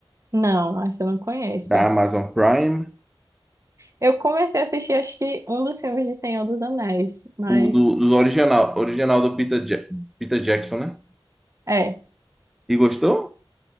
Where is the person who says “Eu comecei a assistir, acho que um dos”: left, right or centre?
Right